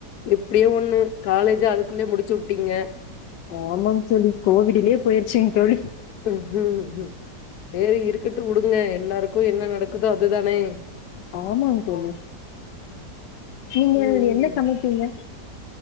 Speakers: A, on the left; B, on the left.
A: எப்டியோ ஒண்ணு காலேஜ் அதுக்குள்ளயே முடிச்சு உட்டீங்க
B: ஆமா தோழி கோவிடிலியே போயிருச்சுங்க தோழி
A: ம் ஹம் ஹம் செரி இருக்கட்டும் உடுங்க எல்லாருக்கு என்ன நடக்குதோ அதுதானே
B: ஆமாங்க தோழி நீங்க
A: ம்
B: என்ன சமைப்பீங்க